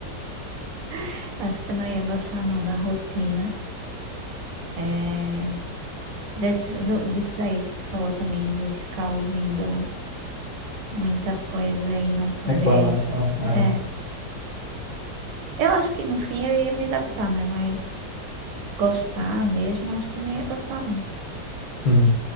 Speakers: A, on the right; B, on the left.
A: <laughs> Acho que eu não ia gostar não da rotina. É, Desse, do- disso aí que tu falou também, de ficar ouvindo muita coisa e não poder.
B: Reclamação. É.
A: É, eu acho que no fim eu ia me adaptar, né? Mas gostar mesmo, acho que eu não ia gostar, não.
B: Hum.